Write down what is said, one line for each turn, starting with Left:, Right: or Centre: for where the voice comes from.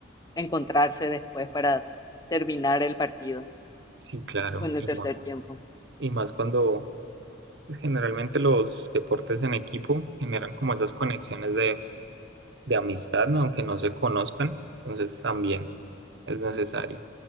Left: encontrarse después para terminar el partido
Right: Sí, claro,
Left: con
Right: y
Left: el tercer
Right: más,
Left: tiempo.
Right: y más cuando pues, generalmente los deportes en equipo generan como esas conexiones de, de amistad, ¿no? Aunque no se conozcan, entonces también es necesario.